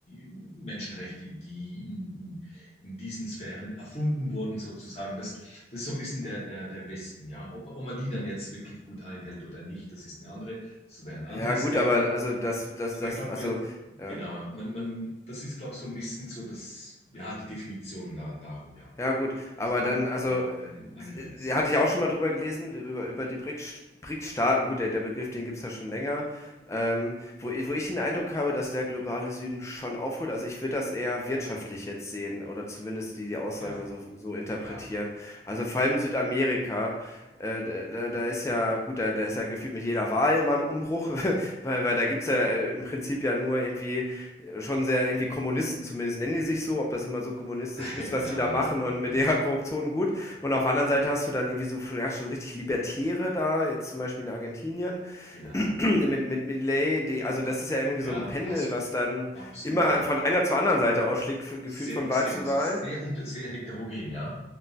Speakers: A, on the left (about 35°); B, on the left (about 15°).
A: Menschenrechte, die in, in diesen Sphären erfunden wurden, sozusagen. Das, das ist so ein bisschen
B: Mhm.
A: der, der, der Westen, ja. Ob, ob man die dann jetzt wirklich gut einhält oder nicht, das ist eine andere, das wäre ein anderes
B: Ja, gut,
A: Thema.
B: aber also das, das,
A: Aber
B: das,
A: ich glaube,
B: also,
A: wir, genau,
B: ja.
A: ja, man, man, das ist, glaube ich, so ein bisschen so das, ja, die Definition da, darum, ja.
B: Ja,
A: Okay.
B: gut, aber
A: Das kann
B: dann,
A: man nicht
B: also,
A: genau ein, eingrenzen.
B: äh, äh, hatte ich auch schon mal drüber gelesen, über, über die BRICS BRICS-Staaten. Gut, der, der Begriff, den gibt's ja schon länger. Ähm, wo, i- wo ich den Eindruck habe, dass der globale Süden schon aufholt. Also, ich würde das eher wirtschaftlich jetzt sehen oder zumindest die, die Aussage
A: Ja,
B: so, so interpretieren.
A: ja,
B: Also, vor allem Südamerika äh, da, da ist ja, gut, da, da ist ja gefühlt mit jeder Wahl immer ein Umbruch, <laughs> weil, weil da gibt's ja äh, im Prinzip ja nur irgendwie äh, schon sehr irgendwie Kommunisten, zumindest nennen die sich so, ob das immer so kommunistisch
A: <laughs>
B: ist, was
A: genau,
B: die da
A: ja,
B: machen
A: ja,
B: und mit
A: ja,
B: ihrer Korruption gut. Und auf der anderen Seite hast du dann irgendwie so ja, schon richtig Libertäre da, jetzt zum Beispiel in Argentinien,
A: genau,
B: <clears throat>
A: ja.
B: mit, mit Milley, die, also das ist ja irgendwie
A: Ja,
B: so ein Pendel,
A: da hast du,
B: was dann
A: Absolut,
B: immer
A: ja.
B: von einer zur anderen Seite ausschlägt, f- gefühlt
A: Sehr
B: von
A: extrem.
B: Wahl zu
A: Also
B: Wahl.
A: es ist sehr unter, sehr heterogen, ja.